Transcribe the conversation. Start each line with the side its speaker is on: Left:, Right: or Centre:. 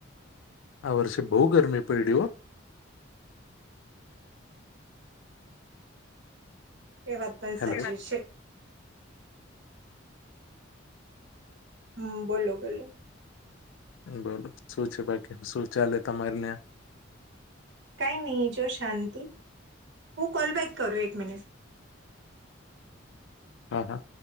Left: આ વર્ષે બહ ગરમી પયડી હો?
Right: એ વાત પણ
Left: હેલો.
Right: સાચી છે હમ બોલો બોલો
Left: બોલો શું છે બાકી શું ચાલે તમારી વેબસાઈટમાં
Right: કઈ નહી જો શાંતિ હું કોલબેક કરો એક મિનિટ
Left: હા હા